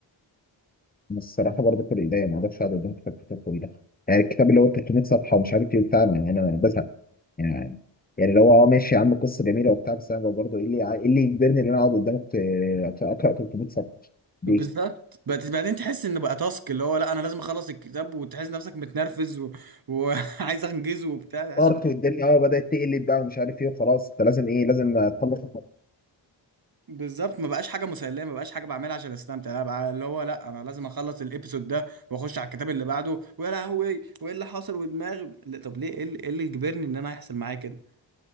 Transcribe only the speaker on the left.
بس الصراحه برضه في الايديا ما اقدرش اقعد قدام كتاب كتاب طويله يعني الكتاب اللي هو 300 صفحه ومش عارف ايه بتاعنا يعني انا بزهق يعني يعني لو اه ماشي يا عم قصه جميله وبتاع بس انا برضه ايه اللي ايه اللي يجبرني ان انا اقعد قدامك آه، اقرا 300 صفحه ليه؟
ارت والدنيا اه بدات تقلب بقى ومش عارف ايه وخلاص انت لازم ايه لازم تخلص